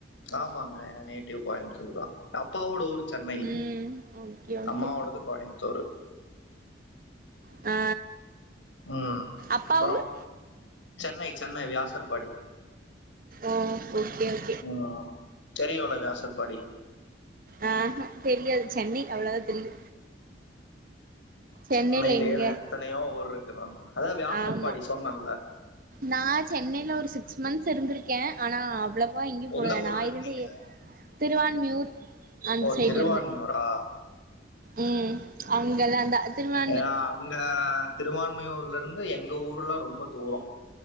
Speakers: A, on the left; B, on the right.
A: ஆமாங்க எ நேட்டிவ் கோயம்புத்தூர் தா அப் அப்பாவோட ஊர் சென்னை
B: ம் ஓகே ஓகே
A: அம்மாவோடது கோயம்புத்தூரு
B: ஆ
A: ம்
B: அப்பா
A: அப்றோ
B: ஊர்
A: சென்னை சென்னை வியாசர்பாடி
B: ஓ ஓகே ஓ
A: ஆ தெரியுல வியாசர்பாடி
B: அஹா தெரியாது சென்னை அவ்ளதா தெரியு சென்னையில
A: சென்னையிலியே
B: எங்க
A: எத்தனையோ ஊர் இருக்கு அதா வியாசர்பாடி
B: ஆமா
A: சொன்னன்ல
B: நா சென்னைல ஒரு சிக்ஸ் மந்த் இருந்திருக்கே ஆனா அவ்ளவா எங்கயு
A: எந்த
B: போனதில்ல
A: ஊர்ல
B: நா
A: இருந்தீங்க?
B: இருந்த ஏ திருவான்மியூர் அந்த
A: ஓ
B: சைட்ல
A: திருவான்மியூரா
B: இருந்தே ம் அங்கதா ந்த திருவா
A: ஏ அங்க திருவான்மியூர்ல இருந்து எங்க ஊர்லா ரொம்ப துரோ